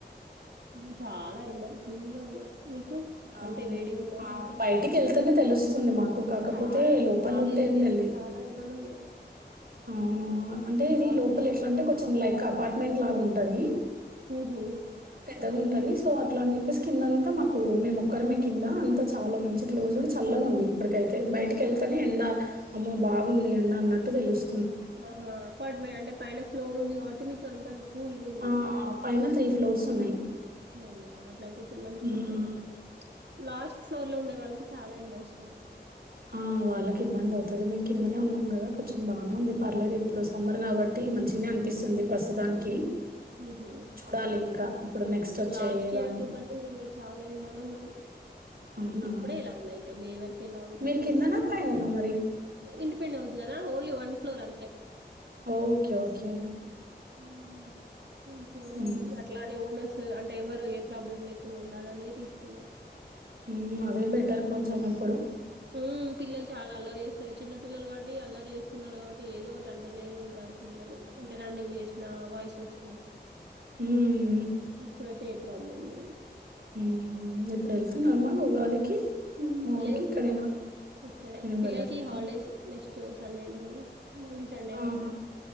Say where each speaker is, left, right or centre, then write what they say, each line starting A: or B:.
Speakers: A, on the right; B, on the right.
A: ఊ చాలా ఎండలు ఫుల్గు ఉన్నాయి మీకు అంటే
B: అవునా?
A: వేడి ఉందా
B: ఆ!
A: అంతా
B: బయటికెళ్తేనే తెలుస్తుంది మాకు. కాకపోతే
A: చాలా అంటే
B: లోపలుంటే
A: చాలా ఈ
B: ఏం
A: ఇయర్
B: తెలీదు.
A: చాలా ఎండలున్నాయి
B: అవునా అంటే ఇది
A: లాస్ట్
B: లోపల
A: ఇయర్
B: ఎట్లా
A: తో
B: అంటే
A: కంటే.
B: కొంచెం లైక్ అపార్ట్మెంట్ లాగుంటది
A: ఊహూ
B: పెద్దగుంటది సో అట్లా అని చెప్పేసి కిందంతా మాకు మేము ఒక్కరమే కింద అంతా చాలా మంచి క్లోజ్ ప్పుడు చల్లగుంది ఇప్పటికైతే బయటికెళ్తానే ఎండ అమ్మో బాగుంది ఎండ అన్నట్టు తెలుస్
A: ఆహా అపాట్ మే అంటే పైన ఫ్లోర్ ఉంది కావట్టి మీకు అంత కూల్గా ఉంది
B: ఆ పైన త్రీ ఫ్లోర్స్ ఉన్నాయి
A: అవునా అట్ల అయితే మంచిగా
B: హ్మ్.
A: ఉంటుందిలేండి లాస్ట్ ఫ్లోర్ లో ఉండే వాళ్ళకి చాలా ఎండ వస్త్ చల్
B: ఆ వాళ్ళకి ఇబ్బంది అవ్తది మేము కిందనే ఉన్నాం కదా కొంచెం బాగానే ఉంది పర్లేదు ఇప్పుడు సమ్మర్ కాబట్టి మంచిన్నే ఇస్తుంది ప్రస్తుతానికి
A: హ్మ్ హు
B: చూడాలి ఇంకా ఇప్పుడు నెక్స్ట్ వచ్చేదాన్ని.
A: లాస్ట్ ఇయర్ తో కంటే ఈ ఇయర్ చాలా ఎండలు ఉన్నాయి
B: అవునా!
A: ఇప్పుడే ఎలా ఉన్నాయి ఇంకా మే వరకు ఎలా ఉంటుందో
B: మీరు కిందనా?
A: ఇ
B: పైననా మరి?
A: ఇండిపెండెంట్ హౌస్ గదా ఓన్లీ వన్ ఫ్లోర్ అంతే
B: ఓకే ఓకే
A: హ్మ్ వన్ ఫ్లోర్
B: హ్మ్.
A: కాబట్టి అట్లానే <unintelligible> అంటే ఎవరు ఏ ప్రాబ్లం లేకుండా ఉండాలనే తీసుకున్నాం
B: హ్మ్ అదే బెటర్ కొంచెం ఇప్పుడు
A: హ్మ్ పిల్లలు చాలా అల్లరి చేస్తారు చిన్న పిల్లలు కాబట్టి అల్లరి చేస్తున్నారు కాబట్టి ఏదో ఒకటి అంటూనే ఉంటారు పిల్లలు అంటే రన్నింగ్ చేసిన వయసోచ్చిన
B: హ్మ్.
A: ఇప్పుడైతే ఏ ప్రాబ్లం ఉండదు
B: హ్మ్ హు ఇప్పుడు వెళ్తునన్నా ఉగాదికి హ్మ్. మా ఊరికి
A: లేదు
B: ఇక్కడేనా?
A: వెళ్ళట్లేదు ఇక్కడే
B: ఏం
A: పిల్లలకి
B: వెళ్ళట్లేదా?
A: హాలిడేస్ నెక్స్ట్ సండే నుండి మళ్ళీ సండే వరకి.
B: ఆహా